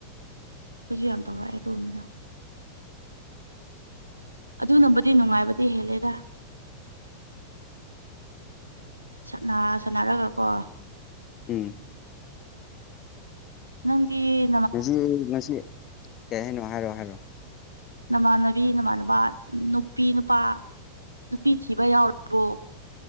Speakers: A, on the right; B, on the left.
A: ꯑꯩꯈꯣꯏꯁꯨ ꯌꯥꯝ ꯇꯧꯔꯛꯑꯦ ꯑꯗꯨꯒꯝꯕꯗ ꯑꯗꯨꯅꯕꯨꯗꯤ ꯅꯨꯡꯉꯥꯏꯕꯗꯤ ꯍꯦꯜꯂꯦꯗ ꯁꯥꯟꯅ ꯁꯟꯅꯔꯒꯀꯣ
B: ꯎꯝ
A: ꯅꯪꯒꯤ
B: ꯉꯁꯤ ꯉꯁꯤ ꯀꯔꯤ ꯍꯥꯏꯅꯣ ꯍꯥꯏꯔꯣ ꯍꯥꯏꯔꯣ
A: ꯅꯃꯥꯟꯅꯕꯤ ꯅꯃꯥꯟꯅꯕ ꯅꯨꯄꯤ ꯅꯨꯄꯥ ꯅꯨꯄꯤ ꯊꯤꯕ ꯌꯥꯎꯔꯕꯣ